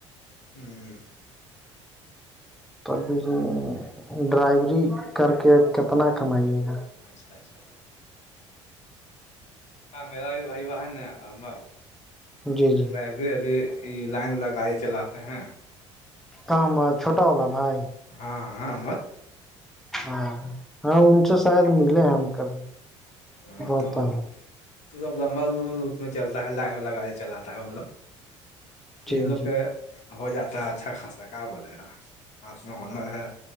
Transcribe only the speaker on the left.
ہوں
اچھا اچھا ہاں میرا بھی بھائی وہاں ہے نا ہمار
ابھی یہ لائن لگائی چلاتے ہیں
ہاں ہاں
ہاں
تو
تو سب لمبا میں چلتا ہے لائن والا گاڑی چلاتا ہے ان لوگ تین
لوگ
کا ہو جاتا ہے اچھا خاصا کیا بولے گا ہاتھ میں ہنر ہے